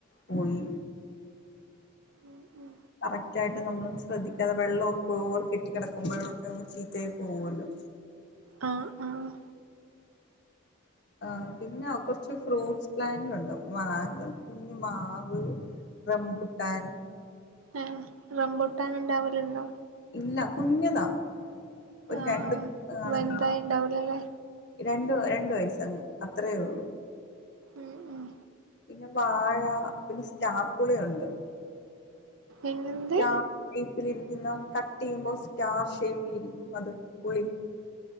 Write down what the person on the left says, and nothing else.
പോയി.
തറ്റായിട്ട് നമ്മളും ശ്രദ്ധിക്കാതെ വെള്ളമൊക്കെഓവർ കെട്ട കിടക്കുമ്പോഴും ഒക്കെ അങ്ങ് ചീത്തായി പോകുമല്ലോ
ആ പിന്നെ കുറച്ച് ഫ്രൂട്ട്സ് പ്ലാന്റ് ഉണ്ട്. മാ കുഞ്ഞിമാവ് റംബുട്ടാൻ,
ഇല്ല കുഞ്ഞതാ ഒരു
രണ്ടു
<unintelligible>
കാ
രണ്ടു രണ്ട വയസങ്ങ് അത്രയേ ഉള്ളു.
പിന്നെ വാഴ പിന്നെ സ്റ്റാർപുളിയുണ്ട്.
<unintelligible> കട്ട് ചെയ്യുമ്പോ സ്റ്റാർ ഷേപ്പിലിരിക്കും അത് പുളി